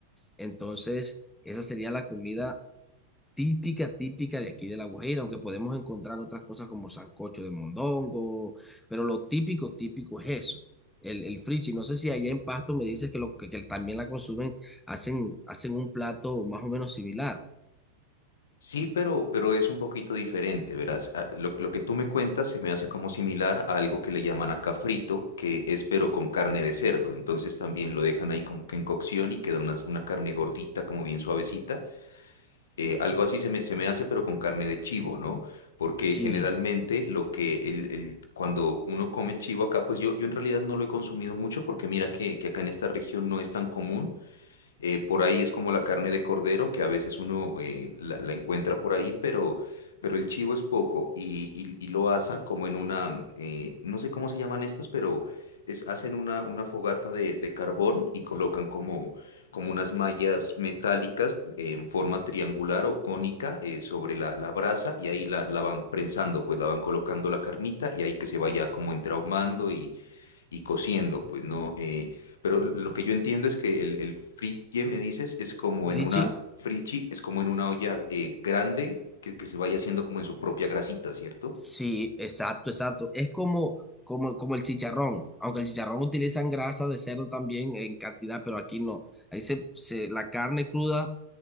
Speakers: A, in the centre; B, on the left (about 65°).
A: Entonces, esa sería la comida típica, típica de aquí de La Guajira, aunque podemos encontrar otras cosas como sancocho de mondongo, pero lo típico, típico es eso. El, el frichi, no sé si allá en Pasto me dices que, lo, que, que también la consumen, hacen, hacen un plato más o menos similar.
B: Sí, pero, pero es un poquito diferente, verás. Ah, Lo, lo que tú me cuentas se me hace como similar a algo que le llaman acá frito, que es pero con carne de cerdo. Entonces también lo dejan ahí como que en cocción y queda una, una carne gordita, como bien suavecita. Eh, algo así se me, se me hace, pero con carne de chivo, ¿no? Porque
A: Sí,
B: generalmente lo que el, el- cuando uno come chivo acá, pues yo, yo en realidad no lo he consumido mucho porque mira que, que acá en esta región no es tan común eh, por ahí es como la carne de cordero, que a veces uno eh, la, la encuentra por ahí, pero, pero el chivo es poco y, y- y lo asan como en una, eh, no sé cómo se llaman estas, pero es, hacen una, una fogata de, de carbón y colocan como, como unas mallas metálicas en forma triangular o cónica eh, sobre la, la brasa y ahí la, la van prensando, pues la van colocando la carnita y ahí que se vaya como entrahumando y, y cociendo, pues no. Eh, pero lo que yo entiendo es que el, el fritie, me dices, es como
A: Frichi,
B: en una frichi, es como en una olla eh, grande que, que se vaya haciendo como en su propia grasita, ¿cierto?
A: sí, exacto, exacto. Es como, como, como el chicharrón, aunque el chicharrón utilizan grasa de cerdo también en cantidad, pero aquí no. Ahí se, se- la carne cruda